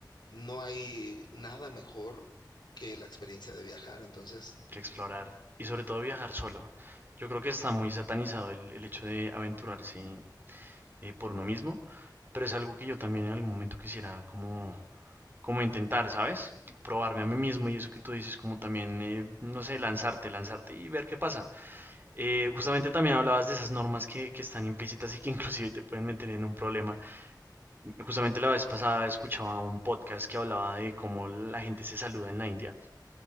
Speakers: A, on the left; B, on the right.
A: no hay nada mejor que la experiencia de viajar. Entonces,
B: que explorar y sobre todo viajar solo. Yo creo que está muy satanizado el, el hecho de aventurarse eh, por uno mismo, pero es algo que yo también en algún momento quisiera como, como intentar, ¿sabes? Probarme a mí mismo y eso que tú dices, como también, eh, no sé, lanzarte, lanzarte y ver qué pasa. Eh, justamente también hablabas de esas normas que, que están implícitas y que <laughs> inclusive te pueden meter en un problema. Justamente la vez pasada escuchaba un podcast que hablaba de cómo la gente se saluda en la India